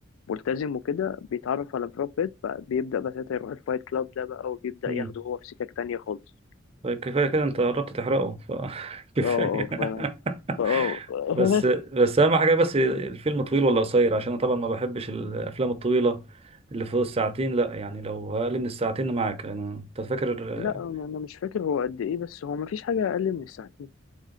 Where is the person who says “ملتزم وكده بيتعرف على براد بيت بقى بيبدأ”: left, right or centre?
Left